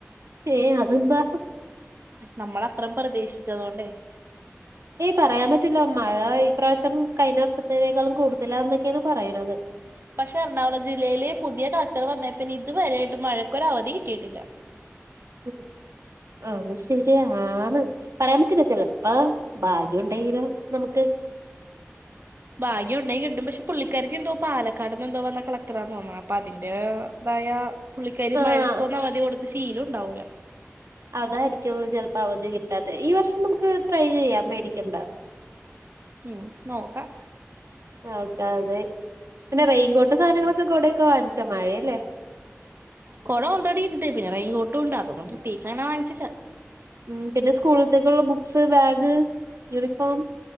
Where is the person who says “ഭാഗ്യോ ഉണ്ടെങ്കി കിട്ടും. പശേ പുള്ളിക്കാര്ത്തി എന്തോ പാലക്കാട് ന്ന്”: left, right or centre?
Right